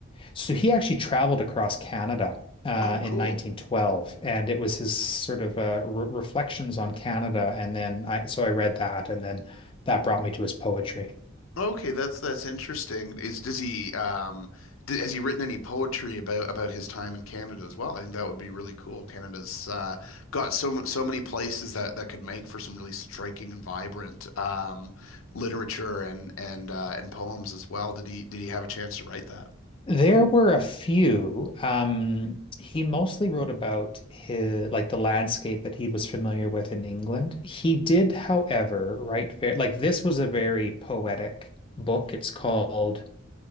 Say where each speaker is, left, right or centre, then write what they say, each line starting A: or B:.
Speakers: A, on the left (about 25°); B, on the left (about 85°).
A: so he actually traveled across Canada uh,
B: Oh, cool.
A: in 1912, and it was his sort of uh, re reflections on Canada. And then I, so I read that, and then that brought me to his poetry.
B: Okay, that's that's interesting. Is does he um d has he written any poetry about about his time in Canada as well? I think that would be really cool. Canada's uh got so m- so many places that that could make for some really striking and vibrant um literature and and uh and poems as well. Did he did he have a chance to write that?
A: There were a few. Um, he mostly wrote about his like the landscape that he was familiar with in England. He did, however, write like this was a very poetic book. It's called